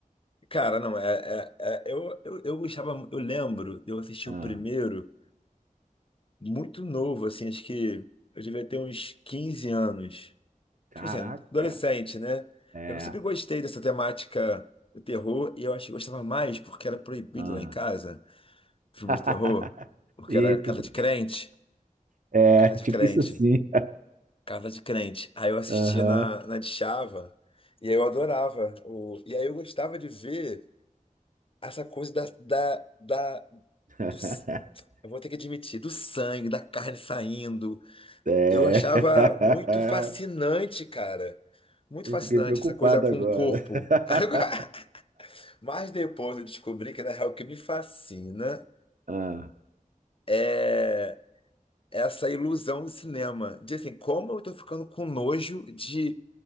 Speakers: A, on the left; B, on the right.
A: Cara, não, é, é, é- eu, eu, eu gostava, mu- eu lembro de eu assistir
B: Ah,
A: o primeiro muito novo, assim, acho que eu devia ter uns 15 anos.
B: caraca,
A: Tipo assim, adolescente, né?
B: é.
A: Eu sempre gostei dessa temática do terror e eu acho que gostava mais porque era proibido
B: Ah.
A: lá em casa, filme
B: <laughs>
A: de terror, porque era
B: E tudo.
A: casa de crente,
B: É,
A: casa de
B: tipo
A: crente.
B: isso assim.
A: Casa de Crente. Aí eu assistia
B: Aham.
A: na, na Discava e aí eu adorava. O, e aí eu gostava de ver essa coisa da, da, da,
B: <laughs>
A: do, s- eu vou ter que admitir, do sangue, da carne saindo.
B: É.
A: Eu achava
B: <laughs>
A: muito fascinante, cara. Muito
B: Eu
A: fascinante
B: fiquei preocupado
A: essa coisa com
B: agora.
A: o corpo.
B: <laughs>
A: <laughs> Mas depois eu descobri que, na real, o que me fascina
B: Ah.
A: é essa ilusão do cinema. De assim, como eu tô ficando com nojo de